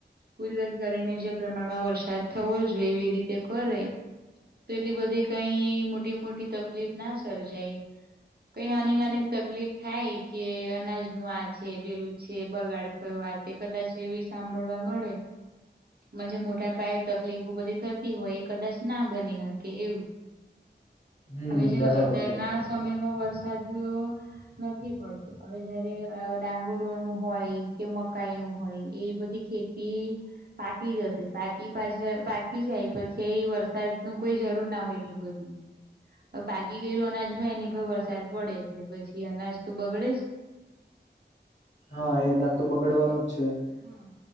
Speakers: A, on the right (about 60°); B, on the left (about 85°).
A: કુદરત ગરમને જે પ્રમાણમાં વરસાદ થવો જોઈએ એવી રીતે કરે તો એટલી બધી કઈ મોટી મોટી તકલીફ ના સર્જાય કઈ નાની નાની તકલીફ થાય કે અનાજ નું આ છે પેલું છે બગાડ. થ વા તે કદાચ એવી સાંભળવા મળે. મ જે મોટા પાયે તકલીફો બધી થતી હોય એ કદાચ ના બની શકે એવું.
B: હમ
A: હ જે
B: બરાબર
A: અત્યારના
B: છે
A: સમયમાં વરસાદ નથી મળતું હવે જયારે ડાંગોરો નું હોય કે મકાઈ નું હોય એ બધી ખેતી. પી પાકી જશે પાકી પાછ પાકી જાય પછી એ વરસાદ ન કોઈ જરૂર ના હોય એટલી બધું હમ પાકી ગયેલું અનાજ ભાઈ એની પર વરસાદ પડે એટલે પછી અનાજ તો બગડે જ
B: હા એ ન ત બગાડવાનું
A: એટલે જે
B: જ છે.
A: હા